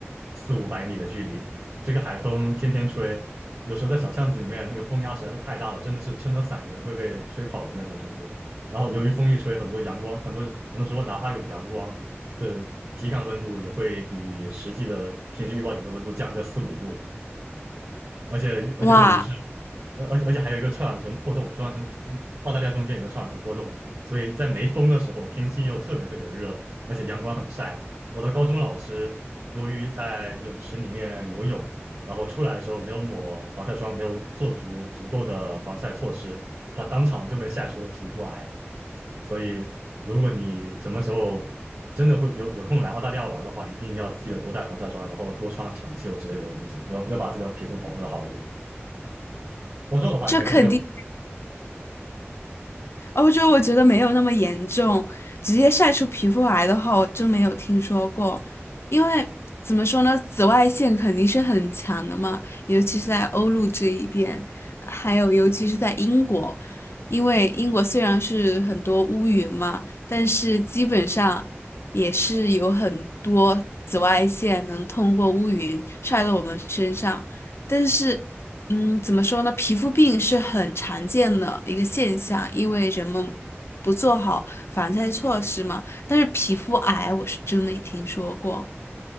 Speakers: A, on the right; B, on the left.
A: 四五百米的距离。这个海风天天吹，有时候在小巷子里面，那个风压实在是太大了，真的是撑得伞人会被吹跑的那种程度。然后由于风一吹，很多阳光，很多很多时候哪怕有阳光，这体感温度也会比实际的天气预报里面的温度降个四五度。而且而且又于是，
B: 哇，
A: 呃，而且而且还有一个臭氧层破洞，臭氧层澳大利亚中间有个臭氧层破洞，所以在没风的时候，天气又特别特别热，而且阳光很晒。我的高中老师由于在泳池里面游泳，然后出来的时候没有抹防晒霜，没有做足足够的防晒措施，他当场就被晒出了皮肤癌。所以，如果你什么时候真的会有有空来澳大利亚玩的话，一定要记得多带防晒霜，然后多穿长袖之类的东西，要要把自己的皮肤保护的好一点。欧洲的话应该就没有
B: 这肯定。欧洲我觉得没有那么严重，直接晒出皮肤癌的话，我真没有听说过。因为怎么说呢，紫外线肯定是很强的嘛，尤其是在欧陆这一边，还有尤其是在英国，因为英国虽然是很多乌云嘛，但是基本上也是有很多紫外线能通过乌云晒到我们身上，但是。嗯，怎么说呢？皮肤病是很常见的一个现象，因为人们不做好防晒措施嘛。但是皮肤癌我是真没听说过。